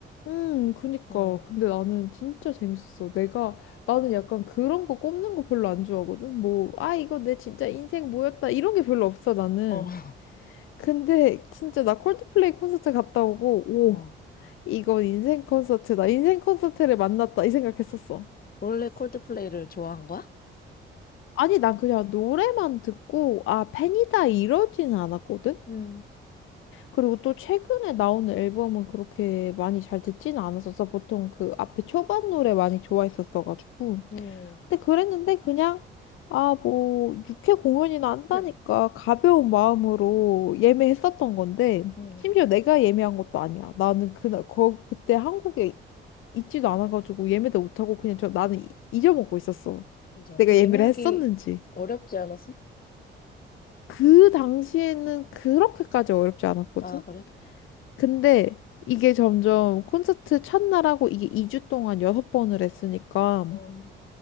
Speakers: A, on the left; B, on the left.
A: 음, 그니까.
B: 어,
A: 근데 나는 진짜 재밌었어.
B: 네.
A: 내가, 나는 약간 그런 거 꼽는 거 별로 안 좋아하거든? 뭐, 아, 이거 내 진짜 인생 뭐였다. 이런 게 별로 없어, 나는.
B: 어. <laughs>
A: 근데 진짜 나 콜드플레이 콘서트 갔다 오고,
B: 응.
A: 오, 이건 인생 콘서트다. 인생 콘서트를 만났다. 이 생각했었어.
B: 원래 콜드플레이를 좋아한 거야?
A: 아니, 난 그냥 노래만 듣고, 아, 팬이다 이러지는 않았거든?
B: 음,
A: 그리고 또 최근에 나오는 앨범은 그렇게 많이 잘 듣진 않았었어. 보통 그 앞에 초반 노래 많이 좋아했었어가지고.
B: 음,
A: 근데 그랬는데 그냥, 아, 뭐, 육회 공연이나 한다니까
B: 그래.
A: 가벼운 마음으로 예매했었던 건데,
B: 음,
A: 심지어 내가 예매한 것도 아니야. 나는 그날, 거, 그때 한국에 있지도 않아가지고 예매도 못하고 그냥 저 나는 이- 잊어먹고 있었어.
B: 맞아.
A: 내가
B: 그
A: 예매를
B: 예매하기
A: 했었는지.
B: 어렵지 않았어?
A: 그 당시에는 그렇게까지 어렵지 않았거든?
B: 아, 그래?
A: 근데 이게 점점 콘서트 첫날하고 이게 2주 동안 6번을 했으니까
B: 어,